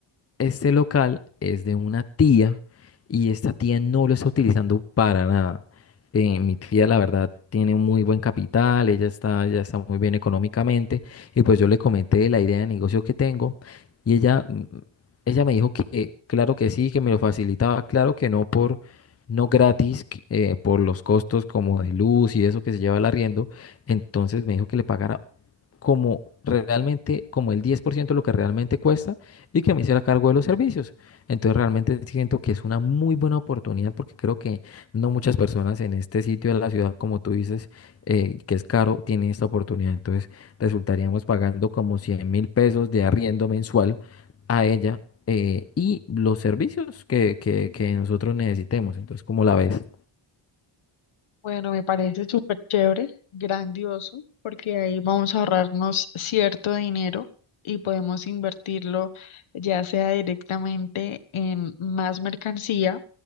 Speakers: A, on the left; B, on the left.
A: Este local es de una tía y esta tía no lo está utilizando para nada. Eh, mi tía, la verdad, tiene un muy buen capital, ella está, ya está muy bien económicamente y pues yo le comenté la idea de negocio que tengo y ella, mm, ella me dijo que eh, claro que sí, que me lo facilitaba, claro que no por no gratis, que, eh, por los costos como de luz y eso que se lleva al arriendo, entonces me dijo que le pagara como realmente, como el 10% de lo que realmente cuesta y que me hiciera cargo de los servicios. Entonces realmente siento que es una muy buena oportunidad porque creo que no muchas personas en este sitio de la ciudad, como tú dices, eh, que es caro, tienen esta oportunidad. Entonces resultaríamos pagando como 100 mil pesos de arriendo mensual a ella. eh, y los servicios que, que, que nosotros necesitemos. Entonces, ¿cómo la ves?
B: Bueno, me parece súper chévere, grandioso, porque ahí vamos a ahorrarnos cierto dinero y podemos invertirlo ya sea directamente en más mercancía